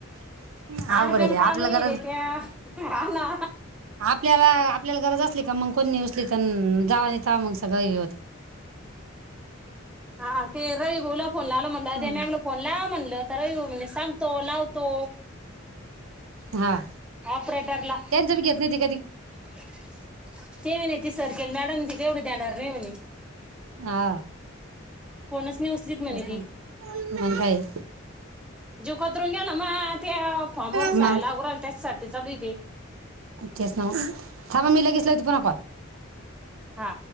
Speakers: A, on the right; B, in the centre.
A: <inaudible>
B: अर्जंट
A: अवघड आहे लय.
B: काम
A: आपल्याला
B: येत्यात्या
A: गरज
B: हा ना.
A: त्याला आपल्याला गरज असली का मग कोण नाही उचलीत हं <unintelligible> सगळं हे होतं
B: हा ते र ती बोलल्यावर फोन लावल म्हटलं आधी
A: हम्म.
B: मी फोन लावा म्हटलं <unintelligible> म्हणे सांगतो लावतो
A: हा
B: ऑपरेटरला
A: त्यांचं बी घेत नाही ती
B: <inaudible> ते म्हणे ते सर केले मॅडम ती तेवढं देणार नाही म्हणे?
A: हा..
B: फोनच नाही उचलीत म्हणे
A: तेच
B: ती
A: ना मग काय
B: जीव खतरून गेला माझा त्या फॉर्मवर
A: मग
B: सह्या लागू राहिल्या त्याच्यासाठी चालली ती
A: तेच ना थांबा मी लगेच लावती पुन्हा कॉल.
B: हा